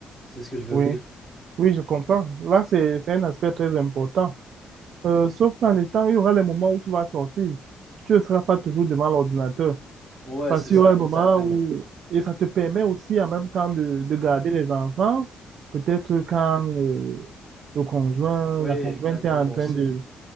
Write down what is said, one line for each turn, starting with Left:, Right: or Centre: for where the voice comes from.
Centre: C'est ce que je veux
Right: oui.
Centre: dire.
Right: Oui, je comprends. Là, c'est, c'est un aspect très important. Euh, sauf qu'en étant, il y aura les moments où tu vas sortir. Tu ne seras pas toujours devant l'ordinateur.
Centre: Ouais,
Right: Parce
Centre: c'est
Right: qu'il
Centre: ça,
Right: y aura un moment
Centre: exactement.
Right: où, et ça te permet aussi en même temps de, de garder les enfants, peut-être quand euh, le conjoint,
Centre: Oui,
Right: la
Centre: exactement.
Right: conjointe est en train
Centre: C'est,
Right: de,